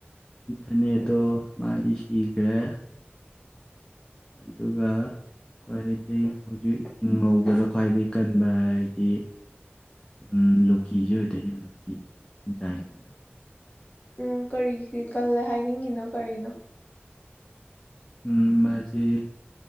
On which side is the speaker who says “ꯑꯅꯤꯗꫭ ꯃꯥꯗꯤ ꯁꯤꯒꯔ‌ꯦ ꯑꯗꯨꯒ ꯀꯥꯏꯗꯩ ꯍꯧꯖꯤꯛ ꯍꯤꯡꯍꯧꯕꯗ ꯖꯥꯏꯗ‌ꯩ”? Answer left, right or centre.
Left